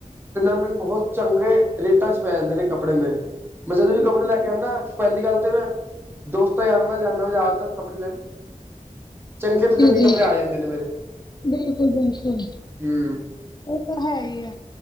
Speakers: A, on the right; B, on the left.
A: ਤੇ ਨਾਲੇ ਮੈਨੂੰ ਬਹੁਤ ਚੰਗੇ ਰੇਟਾਂ ਚ ਪੈ ਜਾਂਦੇ ਨੇ, ਕੱਪੜੇ ਮੇਰੇ ਮੈ ਜਦੋ ਵੀ
B: ਬਿਲਕੁਲ
A: ਕੱਪੜੇ ਲੈ
B: ਬਿਲਕੁਲ
A: ਕੇ ਆਂਦਾ ਪਹਿਲੀ ਗੱਲ ਤੇ ਮੈ ਦੋਸਤਾਂ ਯਾਰਾਂ ਨਾਲ ਜਾਣਾ ਜਿਆਦਾਤਰ ਕੱਪੜੇ ਲੈਣ ਚੰਗੇ ਤੋਂ
B: ਜੀ
A: ਚੰਗੇ
B: ਜੀ
A: ਕੱਪੜੇ ਆ ਜਾਂਦੇ ਨੇ ਮੇਰੇ
B: ਬਿਲਕੁਲ ਬਿਲਕੁਲ
A: ਹੂੰ -
B: ਉਹ ਤਾਂ ਹੈ, ਈ ਐ।